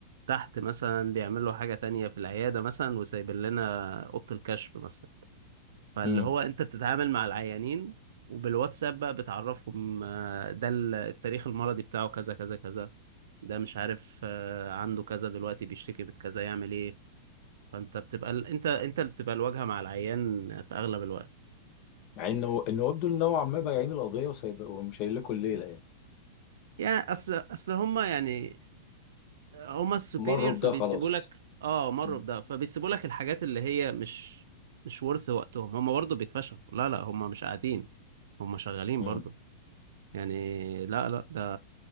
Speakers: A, on the right (about 65°); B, on the left (about 25°).
A: تحت مثلا بيعملوا حاجة تانية في العيادة مثلا وسايبين لنا أوضة الكشف مثلا فاللي
B: مم.
A: هو انت بتتعامل مع العيانين وبالواتساب بقى بتعرفهم آه، ده ال- التاريخ المرضي بتاعه كذا كذا كذا ده مش عارف آه، عنده كذا دلوقتي بيشتكي من كذا يعمل ايه فانت بتبقى ال- انت انت اللي بتبقى الواجهة مع العيان في اغلب الوقت
B: يعني انه انه يبدو ان هو عمال بايعين القضيه وسايب ومش هيقول لكم الليله يعني
A: يعني اصل اصل هما يعني هما السوبيريور
B: مروا
A: فبيسيبوا
B: بده خلاص
A: لك اه مروا
B: مم.
A: بده فبيسيبوا لك الحاجات اللي هي مش مش ورث وقتهم هما برضه بيتفشخوا لا لا هما مش قاعدين هما شغالين
B: مم.
A: برضه يعني لا لا ده,